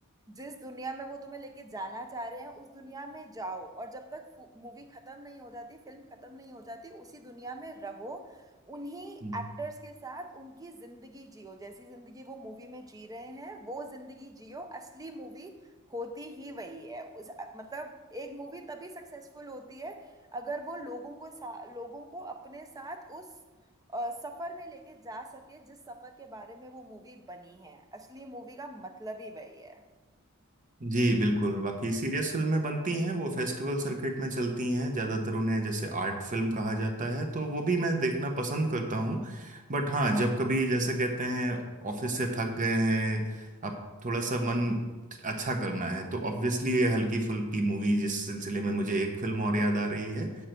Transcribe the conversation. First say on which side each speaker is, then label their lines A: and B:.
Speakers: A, on the right; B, on the right.
A: जिस दुनिया में वो तुम्हें लेके जाना चाह रहे हैं उस दुनिया में जाओ और जब तक मूवी खत्म नहीं हो जाती फिल्म खत्म नहीं हो जाती उसी दुनिया में रहो उन्हीं
B: हम्म
A: एक्टर्स के साथ उनकी जिंदगी जियो जैसी जिंदगी वो मूवी में जी रहे हैं वो जिंदगी जियो असली मूवी होती ही वही है उस मतलब एक मूवी तभी सक्सेसफुल होती है अगर वो लोगों को सा, लोगों को अपने साथ उस अ, सफर में लेके जा सके जिस सफर के बारे में वो मूवी बनी है असली मूवी का मतलब ही वही है
B: जी बिल्कुल बाकी सीरियस फिल्में बनती हैं वो फेस्टिवल सर्किट में चलती हैं ज़्यादातर उन्हें जैसे आर्ट फिल्म कहा जाता है तो वो भी मैं देखना पसंद करता हूँ बट हाँ
A: अच्छा
B: जब कभी जैसे कहते हैं ऑफिस से थक गए हैं अब थोड़ा सा मन अच्छा करना है तो ऑब्वियसली ये हल्की फुल्की मूवी जिस सिलसिले में मुझे एक फिल्म और याद आ रही है